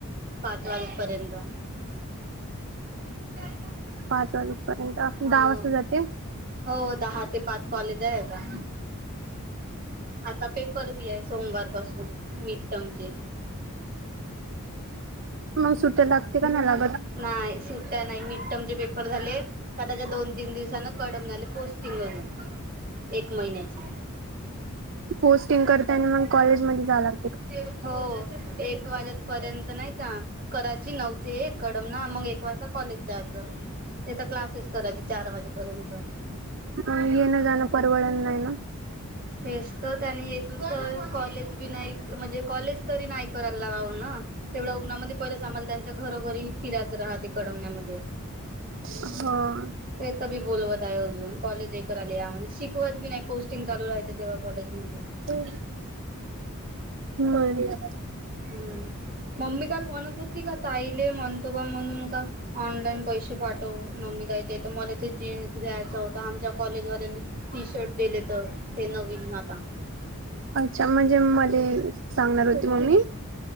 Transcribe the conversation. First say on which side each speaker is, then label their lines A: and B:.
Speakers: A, on the right; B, on the right.
A: पाच वाजेपर्यंत <unintelligible>
B: पाच वाजेपर्यंत दहा
A: हो
B: वाजता जाते?
A: हो दहा ते पाच कॉलेजय आता. आता पेपर बी आहे सोमवार पासून मीडटमचे.
B: मग सुट्ट्या लागते का नाही लागत?
A: नाही सुट्ट्या नाही मिडटमचे पेपर झाले, का त्याच्या दोन तीन दिवसान कडम झाले पोस्टिंग अजून, एक महिन्याची.
B: पोस्टिंग करते आणि मग कॉलेजमध्ये जा लाग
A: ते हो एक वाजेपर्यंत नाही का करायची नव ते कडमना मग एक वाजता कॉलेज जायचं, तिथं क्लासेस करायचे चार वाजेपर्यंत.
B: काय येन जाण परवडत नाहीय ना?
A: तेच तर त्यानी एक तर कॉलेज बी नाही म्हणजे कॉलेज तरी नाही कराय लावावना. तेवढ्या उन्हामध्ये पहिलंच आम्हाला त्यांच्या घरोघरी ही फिरायचं राहते कडमण्यामध्ये.
B: हा
A: तेत बी बोलवत आहे अजून कॉलेज हे करायला या म्हणजे शिकवत बी नाही पोस्टिंग चालू राह तेेव कॉलेजमध्ये
B: हम् मग काय
A: हम् मम्मी काल म्हणत होती का ताईले म्हणतो बा म्हणून का? ऑनलाईन पैसे पाठव मम्मी द्यायचे तर मला ते जीन्स घ्यायचा होता आमच्या कॉलेजवाल्यांनी, टी शर्ट दिलेत ते नवीन आता.
B: अच्छा म्हणजे मले सांगणार होती मम्मी?